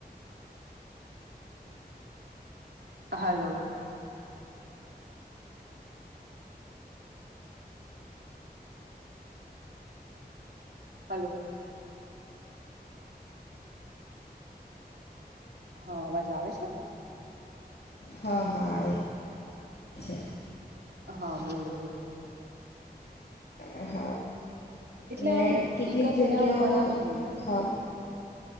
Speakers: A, on the right; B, on the left.
A: હલો હલો હ અવાજ આવે છે
B: હ હ આવે છે
A: હ બોલો બોલો
B: એ હ
A: એટલે
B: અને
A: આમ
B: કેટલીક
A: દીકરીઓને
B: જગ્યાઓ
A: આમ ભણાવી જોઈએ
B: હા